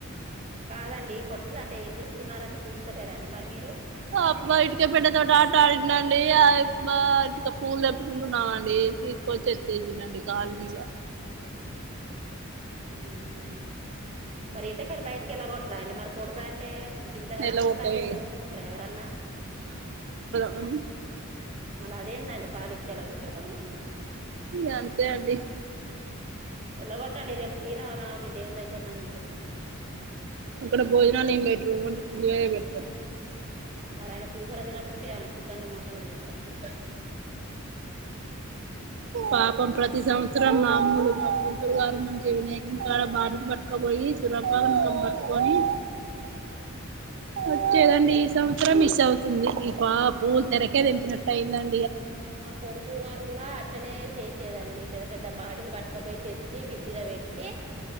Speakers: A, on the right; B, on the right.
A: కాదండి కొట్టుదంటే ఏం చేస్తున్నారండి చూస్తలేరండి మరి మీరు
B: ఆ అబ్బాయి ఇటుక పెళ్ల తోటి ఆట ఆడిండండి ఆ బ ఇటుక పూలు తెంపుకుంటున్నామండి తీసుకొచ్చి ఎత్తేసిండు అండి కాలు మీద
A: మ్ మరి ఇంట్లకెళ్ళి బయట్ కేల్లగొట్టరాండి మరి కొడుతాంటే గింతగనం
B: ఎల్లగొడతాం
A: కొడుతంటే
B: ఇగ
A: ఇంట్ల ఉంచుకుంటార ఎవరన్నా
B: మ్
A: మళ్ళ అదేందండి పాలిచ్చి ఎల్లగొట్టడం
B: ఇగ అంతే అండి
A: ఎల్లగొట్టండి రేపు శ్రీరామనవమి దేవుని దగ్గర్నన్న ఉంటడు
B: ఇక్కడ భోజనాలు ఏం పెట్టరు ఓన్లీ పులిహోరే పెడుతరు
A: మరి ఆయన పులిహోర తినకుంటే ఎమన చికెన్లు మటన్లు తింటారండి
B: పాపం ప్రతి సంవత్సరం మా అమ్ములు మా కూతురు గారు మంచి వినాయకుని కాడ బాటిల్ పట్టుకపోయి సురపా నకం పట్టుకోని వచ్చేదండి ఈ సంవత్సరం మిస్ అవుతుంది ఈ పా పూలు తనకే తెంపినటైందం
A: మా కొడుకు గారు కూడా అట్లనే చేస్ దండి పెద్ద పెద్ద బాటిలు పట్టుకపోయి తెచ్చి ఫ్రిడ్జ్ ల పెట్టి